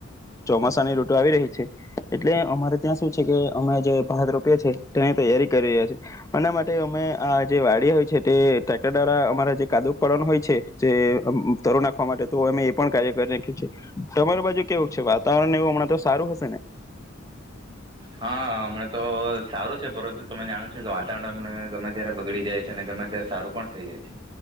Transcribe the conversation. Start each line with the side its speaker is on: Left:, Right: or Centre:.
Left: ચોમાસાની રઋટ આવી રહી છે એટલે અમારે ત્યાં શું છે કે અમે જે ભાત રોપએ છે તેની તૈયારી કરી રહ્યા છે એના માટે અમે આ જે વાડી હોય છે તે ટક્ટર દ્વારા અમારા જે કાદુક પળન હોય છે જે તરુ નાખવા માટે તો અમે એ પણ કાર્ય કરી ના્યું છે તમારી બાજુ કેવું છે વાતાવરણ એવું હમણાં તો સારું હશે ને
Right: હા હમણા તો સારું છે પરત તમે જાણો છો કે વાતાવરણ ગમે ત્યારે બગડી જાય છે અને ગમે ત્યારે સારું પણ થઈ જાય છે